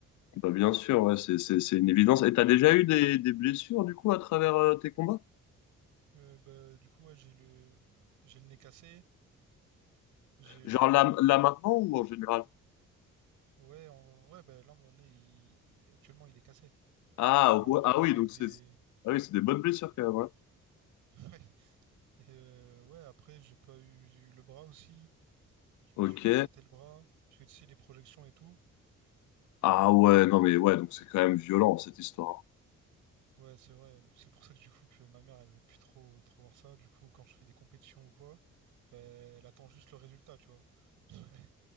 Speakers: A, on the left; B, on the right.
A: Bah bien sûr, ouais, c'est c'est- c'est une évidence. Et t'as déjà eu des, des blessures, du coup, à travers euh, tes combats?
B: Euh, bah, du coup, ouais, j'ai le... j'ai le nez cassé. J'ai, euh,
A: Genre là, là maintenant ou en général?
B: ouais, en- ouais, bah, là, mon nez, il- il- actuellement, il est cassé.
A: Ah,
B: Enfin, en
A: ouais,
B: gros,
A: ah
B: il me
A: oui,
B: manque
A: donc
B: des.
A: c'est ah oui, c'est des bonnes blessures quand même. ouais.
B: <laughs> Ouais. Et, euh, ouais, après, j'ai pas eu, j'ai eu le bras aussi. Je me
A: Ok.
B: suis pété le bras. Parce que tu sais, les projections et tout.
A: Ah ouais, non mais ouais, donc c'est quand même violent cette histoire. hein.
B: Ouais, c'est vrai. C'est pour ça que du coup que ma mère, elle veut plus trop trop voir ça. Du coup, quand je fais des compétitions ou quoi, ben, elle attend juste le résultat, tu vois. <laughs>